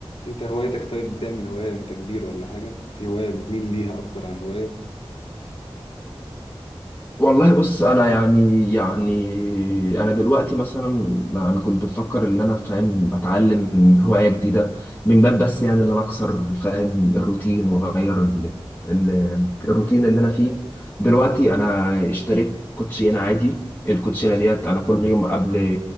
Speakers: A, on the left (about 75°); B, on the left (about 20°).
A: أنت هوايتك طيب بتعمل هواية وأنت كبير ولا حاجة في هواية بتميل ليها أكتر عن هواية
B: والله بص انا يعني يعني انا دلوقتي مثلا انا كنت بفكر ان انا فاهم اتعلم هوايه جديده من باب بس يعني ان انا اكسر فاهم الروتين واغير ال- ال- الروتين اللي انا فيه دلوقتي انا اشتريت كوتشينه عادي الكوتشينه ديت انا كل يوم قبل